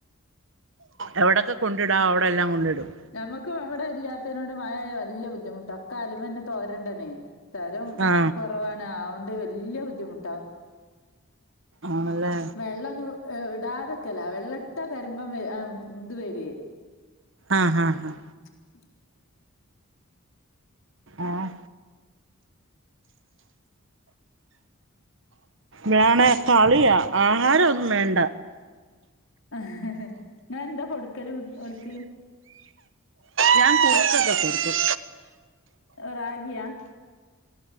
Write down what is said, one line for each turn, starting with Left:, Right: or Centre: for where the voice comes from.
Right: എവിടൊക്കെ കൊണ്ടിടാവോ അവിടെല്ലാം കൊണ്ടിടും
Left: നമ്മുക്ക് അവിടെ ഇല്ലാത്തിനോട് മഴയായ വല്യ ബുദ്ധിമുട്ടാ ഒക്കെ അയലുമ്മെന്നെ തോരിടണേയ് സ്ഥലും
Right: ആ
Left: കൊറവാണ് അതൊണ്ട് വല്യ ബുദ്ധിമുട്ടാ
Right: ആണല്ലേ
Left: വെള്ളൊന്നും ഇടാത്ക്കല്ല വെള്ള്ട്ടാ കര്മ്പൻ വെരും ഇത് വെരയ്‌
Right: ആഹ് ആഹ് ആഹ്
Left: <inaudible>
Right: ഏഹ് വേണെ കളിയാ ആഹാരൊന്നും വേണ്ട
Left: അഹ് ഇങ്ങളെന്താ കൊടുക്കല് ഓൽക്ക്
Right: ഞാൻ കുറിച്ചൊക്കെ കൊട്ക്കും
Left: റാഗിയാ